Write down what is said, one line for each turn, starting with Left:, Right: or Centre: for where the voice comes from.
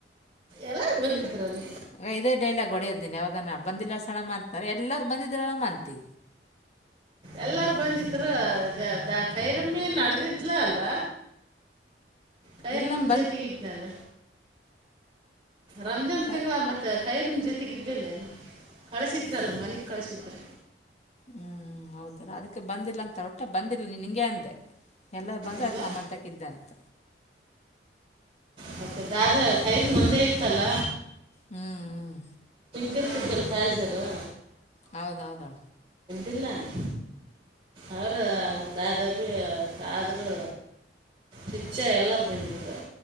Right: ಎಲ್ಲಾರು ಬಂದಿಿದ್ರಲ್
Left: ಆಗ ಇದೇ ಡೈಲಾಗ್ ಹೊಡೆಯರ್ದೀನಿ ಯಾವಾಗ ನ ಬಂದಿಲ್ಲ ಸಣ ಅತಾರ ಎಲ್ಲಾರು ಬಂದಿದ್ರಳ ಅಂತ
Right: ಎಲ್ಲಾರ ಬಂದತ್ರು ದ ಕೈರಂಬಿ ನಡೆದಿದ್ಲ ಅಲ್ಲ ಕೈರ್
Left: ಇಲ್ಲಮ್ಮ
Right: ನಮ
Left: ಬಂದು
Right: ಜೊತೆಗಿದಲ್ಲ ರಂಜಾನ್
Left: ಕ
Right: ತಿಂಗ್ವಾ ಮತ್ತೆ ಕೈರಿನ ಜೊತೆಗ ಇದ್ದಲ್ಲನ ಕಳಸಿದ್ರಲ್ಲ ಮನೆಕ್ ಕಳಸಿದ್ರ
Left: ಹ್ಮ್ ಹೌದಾರ ಅದಕ್ಕೆ ಬಂದಿಲ್ಲ ಅಂತ ಹೊಟ್ಟು ಬಂದಿಲ್ಲ ನೀನು ನಿಂಗೆ ಅಂದೆ ಎಲ್ಲರೂ ಬಂದರೆ
Right: ಇಲ್ಲ
Left: ಅದಕ್ಕೆ ನಮ್ಮಂತಕ್ಕ ಇದಿದ್ದೆಂತ
Right: ಮತ್ತೆ ದಾದ ಕೈರ್ ಮಂದೆ ಇತ್ತಲ್ಲ
Left: ಹ್ಮ್ ಹ್ಮ್
Right: ಕರ್ಕಿದ್ದಲ್ ತಾಜರಾ
Left: ಹೌದೌದಾಳ
Right: ಇಲ್ಲೇನು ಅವರ ದಾದ ಆದ್ರೂ ಪಿಚ್ಚ ಎಲ್ಲಾರ ಬಂದಿದ್ರು